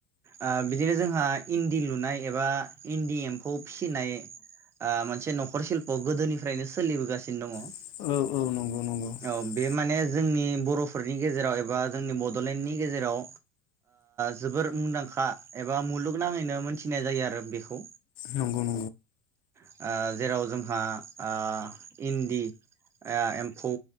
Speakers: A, on the right; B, on the left.
A: आ बिदिनो जोंहा इन्दि लुनाय एबा इन्दि एम्फौ फिसिनाय आ मोनसे न' खर शिल्प गोदोनिफ्रायनो सोलिबोगासिनो दङ'।
B: <inaudible>
A: औ बे माने जोंनि बर'फोरनि गेजेराव एबा जोंनि बड'लेण्डनि गेजेराव जोबोर मुंदांखा एबा मुलुगनाङैनो मोनथिनाय जायो आरो बेखौ
B: नंगौ नंगौ
A: <inaudible> आ जेराव जोंहा ओ इन्दि एम्फौ